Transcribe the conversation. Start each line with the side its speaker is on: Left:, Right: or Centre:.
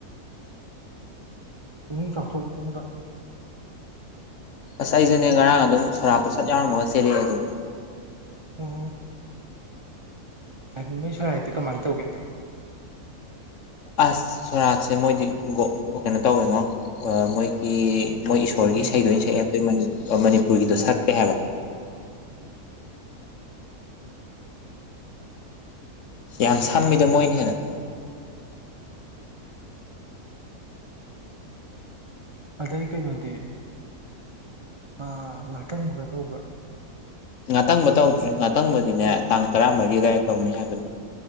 Right: ꯄꯨꯛꯅꯤꯡ ꯆꯥꯎꯊꯣꯛꯅꯅꯕ
Left: ꯑꯁ ꯑꯩꯁꯨꯅꯦ ꯉꯔꯥꯡ ꯑꯗꯨꯝ ꯁꯣꯔꯥꯛꯝꯠꯇꯣ ꯁꯠ ꯌꯥꯎꯔꯝꯃꯒ ꯆꯦꯜꯂꯛꯑꯦ ꯑꯗꯨꯝ
Right: ꯑꯣ ꯄꯥꯏꯈꯣꯝꯕꯩ ꯁꯣꯔꯥꯠꯇꯤ ꯀꯃꯥꯏ ꯇꯧꯒꯦ
Left: ꯑꯁ ꯁꯣꯔꯥꯠꯁꯦ ꯃꯣꯏꯗꯤ ꯒꯣ ꯀꯩꯅꯣ ꯇꯧꯋꯦꯉꯣ ꯑ ꯃꯣꯏ ꯑꯦ ꯃꯣꯏ ꯏꯁꯣꯔꯒꯤ
Right: ꯐꯥꯗꯔ
Left: ꯏꯁꯩꯗꯣ ꯑꯣꯏꯅ ꯁꯛꯑꯦ ꯑꯩꯈꯣꯏ ꯃꯅꯤꯄꯨꯔꯒꯤꯗꯣ ꯁꯛꯇꯦ ꯍꯥꯏꯕ
Right: ꯎꯝ
Left: ꯌꯥꯝ ꯁꯝꯃꯤꯗ ꯃꯣꯏꯅ ꯍꯦꯟꯅ
Right: ꯎꯝ ꯑꯗꯩ ꯀꯩꯅꯣꯗꯤ ꯑꯥ ꯉꯥꯇꯪꯕꯒ ꯇꯧꯕ꯭ꯔꯥ
Left: ꯉꯥꯇꯪꯕ ꯇꯧꯗ꯭ꯔꯤ ꯉꯥꯇꯪꯕꯗꯤꯅꯦ ꯇꯥꯡ ꯇꯔꯥꯃꯔꯤ ꯑꯗꯥꯏꯗ ꯇꯧꯅꯤ ꯍꯥꯏꯕꯅꯤ